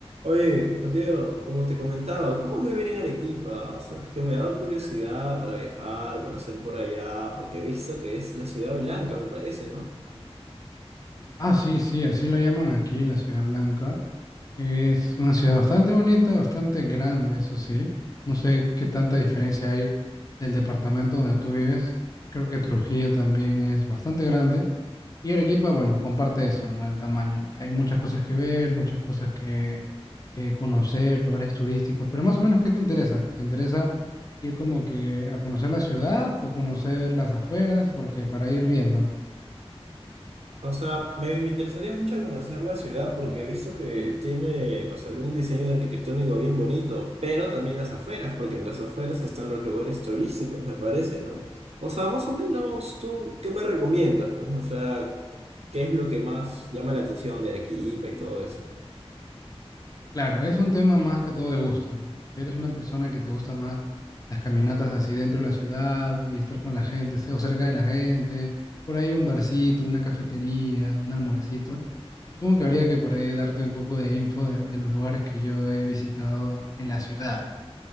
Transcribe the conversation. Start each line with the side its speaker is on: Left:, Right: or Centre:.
Right: Oye, Juan Diego, como te comentaba, ¿cómo es vivir en Arequipa? O sea, es que me ha dado curiosidad para viajar, conocer por allá, porque he visto que es la ciudad blanca, me parece, ¿no?
Left: Ah, sí, sí, así la llaman aquí, la Ciudad Blanca. Es una ciudad bastante bonita, bastante grande, eso sí. No sé qué tanta diferencia hay del departamento donde tú vives. Creo que Trujillo también es bastante grande. Y Arequipa, bueno, comparte eso, ¿no? El tamaño, que hay muchas cosas que ver, muchas cosas que, que conocer, lugares turísticos. Pero más o menos, ¿qué te interesa? Pues te interesa ir como que a conocer la ciudad o conocer las afueras, porque para ir viendo.
Right: O sea, me, me interesaría mucho conocer la ciudad porque he visto que tiene, o sea, un diseño arquitectónico bien bonito, pero también las afueras, porque en las afueras están los lugares turísticos, me parece, ¿no? O sea, más o menos, ¿tú qué me recomiendas? Pues, o sea, ¿qué es lo que más llama la atención de Arequipa y todo eso?
Left: Claro, es un tema más que todo de gustos, ¿no? Si eres una persona que te gusta más las caminatas así dentro de la ciudad y estar con la gente, se- o cerca de la gente, por ahí un barcito, una cafetería, un almuercito, supongo que habría que por ahí darte un poco de info de, de los lugares que yo he visitado en en la ciudad